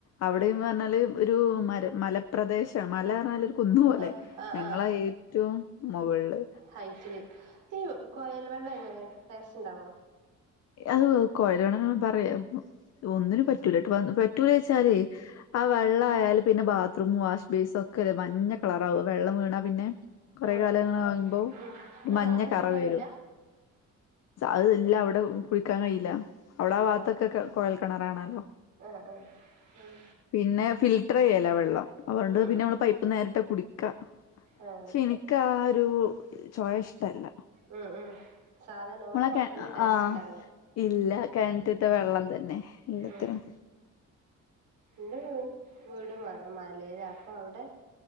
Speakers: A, on the left (about 55°); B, on the right (about 80°).
A: അവിടെന്ന്
B: ഉം ഉം
A: പറഞ്ഞാല് ഒരു മര മലപ്രദേശം മല പറഞ്ഞാല് ഒരു കുന്ന് പോലെ
B: ആഹ് ആഹ്
A: ഞങ്ങള്
B: ആഹ് ആഹ്
A: ഏ റ്റവും മൊകളില്
B: ഹൈറ്റില് ഈ കൊഴൽ വെള്ളം എങ്ങനെയാ ടേസ്റ്റ് ഇണ്ടാവോ
A: അത് കൊഴൽ കെണർ എന്ന് പറയാം ഒന്നിനും പറ്റൂലട്ടാ പറ്റൂല വെച്ചാലേയ് ആ
B: ഉം
A: വെള്ളം ആയാല് പിന്നെ ബാത്റൂം വാഷ് ബേസും ഒക്കെ അല്ലെ മഞ്ഞ കളറാവും വെള്ളം വീണാ പിന്നെ കൊറെ
B: ആഹ്
A: കാലങ്ങള് ആകുമ്പോൾ
B: ഉം
A: ഒരു മഞ്ഞ
B: സാധാ
A: കറ
B: കിണറില്ല
A: വരും അത് ഇല്ല അവിടെ കുഴിക്കാൻ കഴിയില്ല അവിടെ ആ
B: ആഹ്
A: ഭാഗത്തൊക്കെ കുഴൽ കിണറാണല്ലോ
B: ആഹ് ആഹ് ഉം
A: പിന്നെ ഫിൽറ്ററ് ചെയ്യലാ വെള്ളം അതുകൊണ്ട്
B: ഉം
A: പിന്നെ നമ്മള് പൈപ്പ് നേരിട്ട് കുടി ക്ക പക്ഷേ
B: ആഹ്
A: എനിക്ക് ആ ഒരു ചൊയ ഇഷ്ടല്ല
B: ഉം ഉം സാധാ നോർമൽ
A: നമ്മളെ
B: വാട്ടറിന്റെ
A: കെ
B: ടേസ്റ്റ്ണ്ടാവൂല
A: ആഹ് ഇല്ല, കെൺറ്റ്ത്തെ വെള്ളം തന്നെ എല്ലാത്തിനും
B: ഉം ഇന്റെ വീ വീട് മ മലേലാ അപ്പൊവടെ